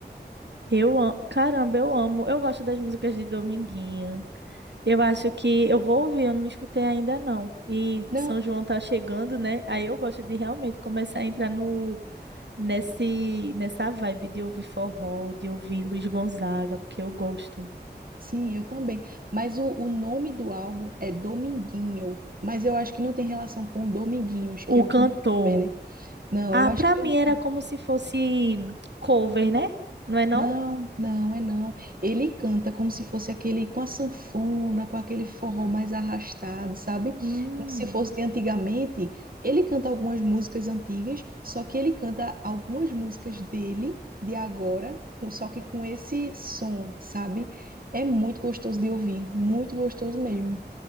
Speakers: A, on the right; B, on the right.
A: Eu amo, caramba, eu amo. Eu gosto das músicas de Dominguinho. Eu acho que eu vou ouvir, eu não escutei ainda não. E
B: Não,
A: São João tá chegando, né? Aí eu gosto de realmente começar a entrar no nesse nessa vibe de ouvir forró, de ouvir Luiz Gonzaga, porque eu gosto.
B: Sim, eu também. Mas o, o nome do álbum é Dominguinho. Mas eu acho que não tem relação com Dominguinhos,
A: o
B: que é
A: cantor.
B: o cantor também, né? Não,
A: Ah,
B: eu acho
A: pra
B: que
A: mim
B: não.
A: era como se fosse cover, né? Não é não?
B: Não, não, é não. Ele canta como se fosse aquele com a sanfona, com aquele forró mais arrastado, sabe?
A: Hum.
B: Como se fosse de antigamente. Ele canta algumas músicas antigas, só que ele canta algumas músicas dele, de agora, com- só que com esse som, sabe? É muito gostoso de ouvir, muito gostoso mesmo.